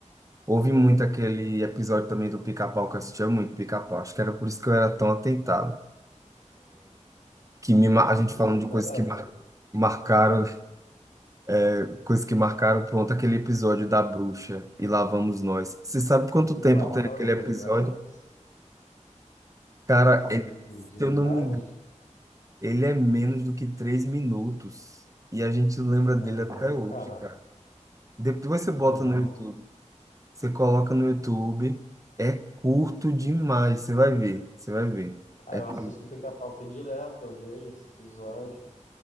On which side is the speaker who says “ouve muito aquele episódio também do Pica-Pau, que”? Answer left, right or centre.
Right